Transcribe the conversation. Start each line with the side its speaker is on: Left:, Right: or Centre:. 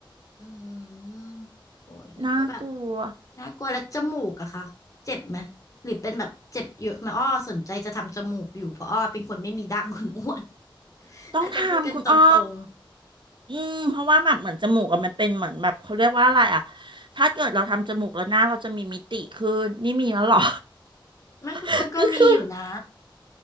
Left: อืมโอ้ยมันก็แบบ
Right: น่ากลัว
Left: น่ากลัวแล้วจมูกอะคะเจ็บไหมหรือเป็นแบบเจ็บเยอะไหมาอ้อสนใจจะทำจมูกอยู่เพราะอ้อเป็นคนไม่มีดั้งคุณอ้วน
Right: ต้องทำคุณอ้อ
Left: อาจจะพูดกันตรง
Right: อืมเพราะว่าแบบเหมือนจมูกอะมันเป็นเหมือนแบบเขาเรียกว่าอะไรอะถ้าเกิดเราทำจมูกแล้วหน้าเราจะมีมิติขึ้นนี่มีแล้วเหรอ
Left: ๆไม่คุณอ้วนก็มีอยู่นะ
Right: <laughs> ก็คือ